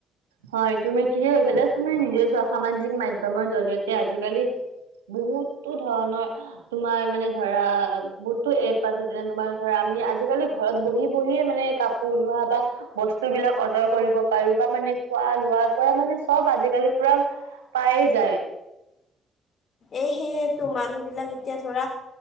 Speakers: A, on the right; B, on the left.
A: হয় তুমি ঠিকে কৈছা যে তুমি নিজে সামাজিক মাধ্যমত জৰিয়তে আজিকালি বহুতো ধৰণৰ তোমাৰ মানে ধৰা বহুতো এপ আছে যেনে তোমাৰ ধৰা আমি আজিকালি ঘৰত বহি বহি মানে কাপোৰ লোৱা বা বস্তু বিলাক অৰ্ডাৰ কৰিব পাৰো বা মানে। পোৱা লোৱাৰ পৰা মানে। চব আজিকালি পুৰা পায়ে যায়।
B: এই সেই মানুহ বিলাক এতিয়া ধৰা